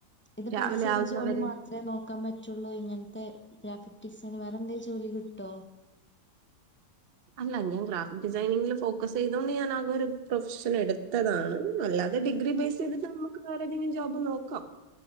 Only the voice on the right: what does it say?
രാവിലെ
ആവുന്നവരെ
അല്ല ഞാൻ ഗ്രാഫിക് ഡിസൈനിങ്ങിൽ ഫോക്കസ് ചെയ്തോണ്ട് ഞാൻ ആക ഒരു പ്രൊഫഷൻ എടുത്തതാണ് അല്ലാ ത് ഡിഗ്രി ബേസ് ചെയ്തിട്ട് മ്മക്ക് വേറെ ഏതെങ്കിലും ജോബ് നോക്കാം